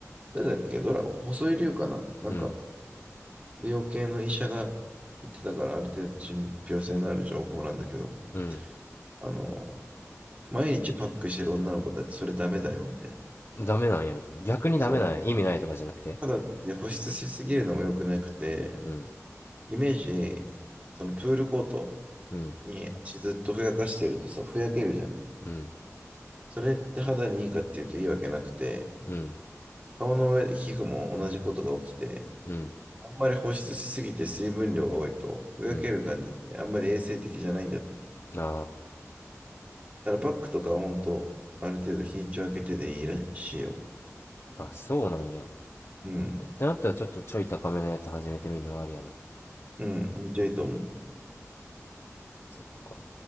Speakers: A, on the right; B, on the left.
A: 誰だっけドラ、細井龍かななんか、
B: うん
A: 美容系の医者が言ってたから、ある程度信憑性のある情報なんだけど、
B: うん
A: あの、毎日パックしてる女の子たち、それダメだよ、みたいな。
B: ダメなんや逆にダメなんや意味ないとかじゃなくて
A: そう。ただってね保湿しすぎるのも良くなくて、
B: うん
A: イメージ、そのプールコート
B: うん
A: に足ずっとふやかしてるとさ、ふやけるじゃん。
B: うん
A: それって肌にいいかっていうといいわけなくて、
B: うん
A: 顔の上で皮膚も同じことが起きて、
B: うん
A: あんまり保湿しすぎて水分量が多いと、ふやける感じで、
B: うん
A: あんまり衛生的じゃないんだって。
B: あ
A: ただからパックとかは本当、ある程度日にちを空けてでいいらしいよ。
B: ーあそうなんやっ
A: うん。
B: てなったらちょっとちょい高めのやつ始めてみるのもありやな
A: うん。めっちゃいいと思う。
B: そっか